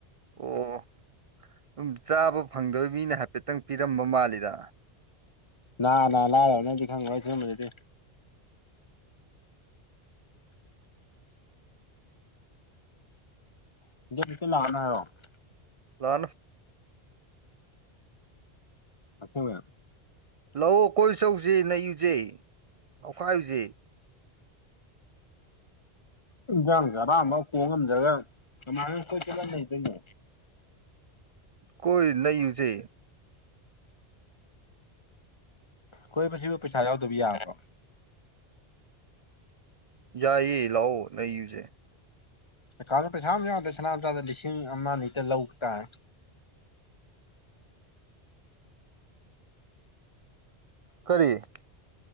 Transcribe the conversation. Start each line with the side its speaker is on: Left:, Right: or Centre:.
Right: ꯑꯣ ꯁꯝ ꯆꯥꯕ ꯐꯪꯗꯕ ꯃꯤꯅ ꯍꯥꯏꯐꯦꯠꯇꯪ ꯄꯤꯔꯝꯕ ꯃꯥꯜꯂꯤꯗ
Left: ꯅꯅꯥ ꯂꯥꯏꯔꯕꯅꯗꯤ ꯈꯪꯉꯣꯏ ꯁꯤꯒꯨꯝꯕꯗꯨꯗꯤ <unintelligible>
Right: ꯂꯥꯅ
Left: ꯑꯈꯣꯏ
Right: ꯂꯥꯛꯑꯣ ꯀꯣꯏꯆꯧꯁꯤꯦ ꯅ ꯌꯨꯖꯩ ꯑꯩꯈꯥꯏꯨꯖꯩ
Left: ꯏꯖꯥꯡ ꯔ ꯑꯃ ꯀꯣꯡ ꯉꯝꯖꯒ ꯀꯃꯥꯏꯅ ꯀꯣꯏꯠꯂ ꯂꯩꯗꯣꯏꯅꯣ
Right: ꯀꯣꯏ ꯂꯩꯔꯨꯁꯦ
Left: ꯀꯣꯏꯕꯁꯤꯕꯨ ꯄꯩꯁꯥ ꯌꯥꯎꯗꯕꯤ ꯌꯥꯕ꯭ꯔꯣ
Right: ꯌꯥꯏꯌꯦ ꯂꯥꯛꯑꯣ ꯂꯩꯌꯨꯁꯦ
Left: ꯑꯦꯀꯥꯎꯟꯒ ꯄꯩꯁꯥ ꯑꯃ ꯌꯥꯎꯗꯔꯦ ꯁꯅꯥꯝꯆꯥꯗ ꯂꯤꯁꯤꯡ ꯑꯃ ꯅꯤꯇ ꯂꯧ ꯇꯥꯔꯦ
Right: ꯀꯔꯤ